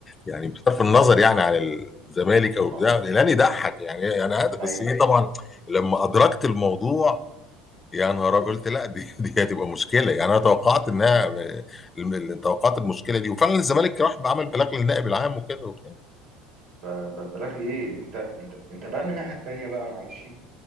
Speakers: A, on the left (about 25°); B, on the right (about 55°).
A: يعني بصرف النظر يعني عن الزمالك او
B: مع
A: بتاع الاعلان يضحك يعني يعني هذا بس
B: اي
A: ايه طبعا لما ادركت الموضوع يا نهار أبيض. قلت لا دي <laughs> دي هتبقى مشكله يعني انا توقعت انها الم- توقعت المشكله دي وفعلا الزمالك راح بعمل بلاغ للنائب العام وكده وبتاع
B: ب- ب- بلاغ ايه انت انت انت بقى من الناحيه التانيه بقى معلش